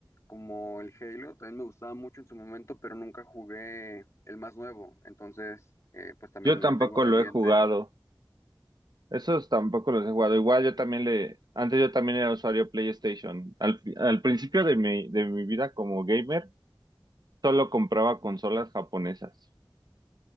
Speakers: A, on the left; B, on the right.
A: como el Halo, también me gustaba mucho en su momento, pero nunca jugué el más nuevo, entonces, eh, pues también
B: Yo tampoco
A: lo tengo pendiente.
B: lo he jugado. Esos tampoco los he jugado. Igual yo también le, antes yo también era usuario PlayStation. Al, al principio de mi, de mi vida como gamer, solo compraba consolas japonesas.